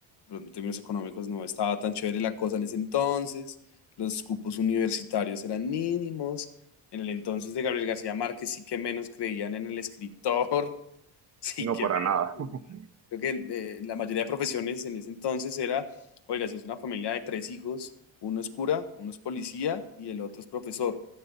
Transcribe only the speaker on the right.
no
para nada.
<laughs>